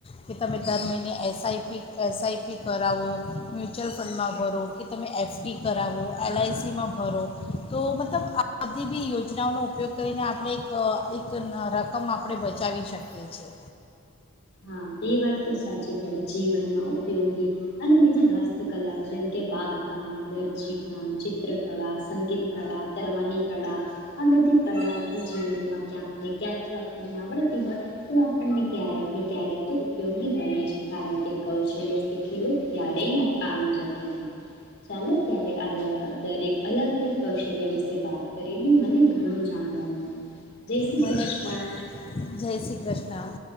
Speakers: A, on the left; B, on the left.
A: કે તમે દર મહિને S I P S I P કરાવો, મ્યુચ્યુઅલ ફંડમાં ભરો કે તમે એફ ડી કરાવો, એલ આઈ સીમાં ભરો, તો મતલબ આ બધી બી યોજનાઓનો ઉપયોગ કરીને આપણે એક એક રકમ આપણે બચાવી શકીએ છીએ.
B: હા એ વાત તો સાચી કરે જીવનમાં ઉપયોગી અને બીજી હસ્તકલાઓ જેમ કે બાગકામ, દરજીકામ, ચિત્રકળા, સંગીત કળા, તરવાની કળા આ બધી કળાઓ પણ જીવનમાં ક્યાંક ને ક્યાંક જો આપણને આવડતી હોય તો આપણને ક્યારેક ને ક્યારેક ઉપયોગી બને છે, કારણ કે કૌશલ્ય શીખેલું ક્યારેય નકામુ જતું નથી, ચાલો ત્યારે આ દર દરેક અલગ અલગ કૌશલ્ય વિશે વાત કરીને મને ઘણું જાણવા મળ્યું. જય શ્રી
A: મને
B: કૃષ્ણ
A: પણ જય શ્રી ક્રષ્ણ.